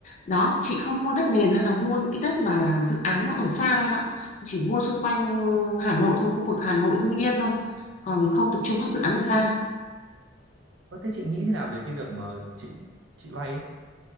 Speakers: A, on the left; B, on the right.
A: đó chị không mua đất nền hay là mua những cái đất mà dự án nó ở xa đâu em ạ chỉ mua xung quanh Hà Nội thôi khu vực Hà Nội Hưng Yên thôi còn không tập trung các dự án ở xa
B: Ơ, thế chị nghĩ thế nào về cái việc mà chị chị vay ấy?